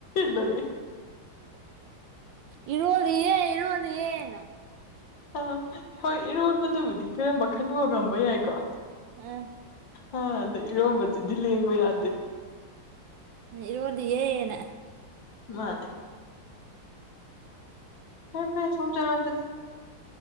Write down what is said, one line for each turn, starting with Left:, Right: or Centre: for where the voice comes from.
Left: ꯂꯣꯏ
Right: ꯏꯔꯣꯜꯂꯤ ꯌꯦ ꯏꯔꯣꯜꯂꯤ ꯌꯦꯅ
Left: ꯑ ꯍꯣꯏ ꯏꯔꯣꯟꯕꯗꯕꯨꯗꯤ ꯈꯔ ꯃꯈꯟ ꯍꯣꯡꯉꯝꯕ ꯌꯥꯏꯀꯣ
Right: ꯎꯝ
Left: ꯑ ꯑꯗ ꯏꯔꯣꯝꯕꯕꯁꯤꯗꯤ ꯂꯦꯡꯕ ꯌꯥꯗꯦ
Right: ꯎ ꯏꯔꯣꯜꯂꯤꯌꯦꯅ
Left: ꯃꯥꯅꯦ ꯐꯔꯦ ꯐꯔꯦ ꯊꯣꯡꯖꯔꯣ ꯑꯗꯨꯗꯤ